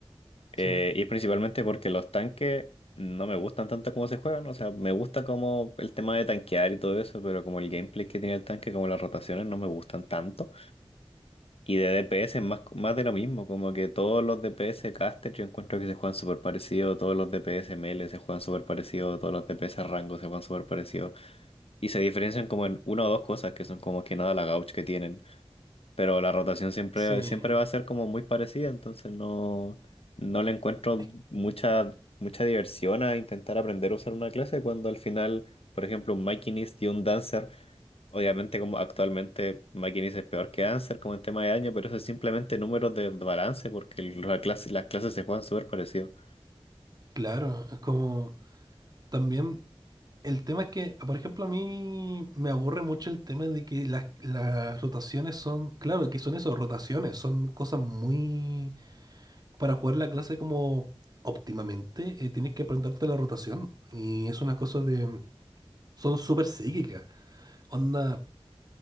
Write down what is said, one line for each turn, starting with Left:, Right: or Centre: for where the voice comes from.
Left: Eh,
Right: Sí,
Left: y principalmente porque los tanques no me gustan tanto como se juegan, o sea, me gusta como el tema de tanquear y todo eso, pero como el gameplay que tiene el tanque, como las rotaciones no me gustan tanto. Y de DPS es más, más de lo mismo, como que todos los DPS caster yo encuentro que se juegan súper parecido, todos los DPS melee se juegan súper parecido, todos los DPS rango se juegan súper parecido. Y se diferencian como en una o dos cosas, que son como que nada la gauch que tienen. Pero la rotación siempre,
Right: sí,
Left: siempre va a ser como muy parecida, entonces no, no le encuentro
Right: es
Left: mucha, mucha diversión a intentar aprender a usar una clase cuando al final, por ejemplo, un Makinist y un Dancer Obviamente, como actualmente McKinsey es peor que Answer como en tema de año, pero eso es simplemente números de balance porque el- la clase- las clases se juegan súper parecido.
Right: claro, es como también... El tema es que, por ejemplo, a mí me aburre mucho el tema de que las, las rotaciones son, claro, que son eso, rotaciones, son cosas muy para jugar la clase como óptimamente, eh, tienes que aprenderte la rotación. Y es una cosa de... Son súper psíquicas. Onda,